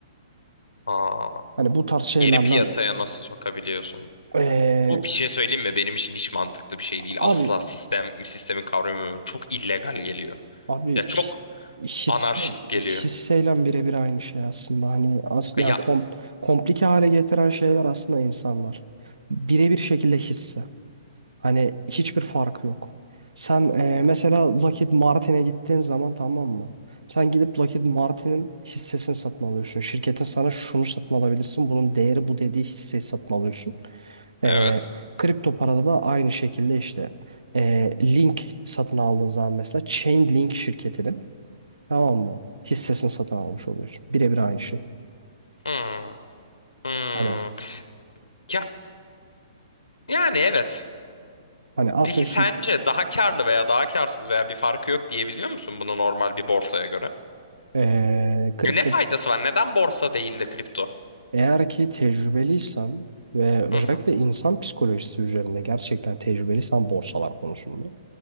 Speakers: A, on the left (about 85°); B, on the right (about 80°).
A: Aa,
B: Hani bu tarz şeylerle
A: geri piyasaya nasıl sokabiliyorsun?
B: e,
A: Bu bir şey söyleyeyim mi? Benim için hiç mantıklı bir şey değil.
B: abi
A: Asla sistem, sistemi kavramıyorum. Çok illegal geliyor.
B: Abi
A: Ya çok
B: hi- hisse,
A: anarşist geliyor.
B: hisseyle birebir aynı şey aslında. Hani as, yani
A: Ya
B: kom, komplike hale getiren şeyler aslında insanlar. Birebir şekilde hisse. Hani hiçbir farkı yok. Sen e, mesela Lockheed Martin'e gittiğin zaman tamam mı? Sen gidip Lockheed Martin'in hissesini satın alıyorsun. Şirketin sana şunu satın alabilirsin. Bunun değeri bu dediği hisseyi satın alıyorsun. E,
A: evet.
B: kripto parada da aynı şekilde işte e, Link satın aldığın zaman mesela Chainlink şirketinin Tamam mı? Hissesini satın almış oluyorsun. Birebir aynı şey.
A: Hmm. Hmm.
B: Hani
A: Ya, yani evet.
B: hani aslında
A: Peki sence
B: his,
A: daha karlı veya daha karsız veya bir farkı yok diyebiliyor musun bunu normal bir borsaya göre?
B: Eee, kripto
A: E, Ne faydası var? Neden borsa değil de kripto?
B: eğer ki tecrübeliysen ve
A: Hı
B: özellikle
A: hı
B: insan psikolojisi üzerinde gerçekten tecrübeliysen borsalar konusunda